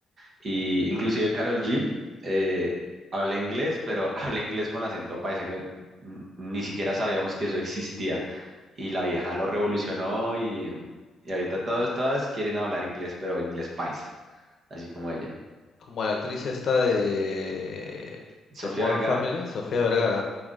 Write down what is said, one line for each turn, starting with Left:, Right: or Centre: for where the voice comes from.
Right: Y inclusive Carol G eh, habla inglés, pero <laughs> habla inglés con acento paisa, que mm, ni siquiera sabíamos que eso existía. Y la vieja lo revolucionó y, y ahorita todos, todas quieren hablar inglés, pero inglés paisa, así como ella.
Left: Como la actriz esta de,
Right: Sofía
Left: de Modern
Right: Vergara,
Left: Family, Sofía Vergara.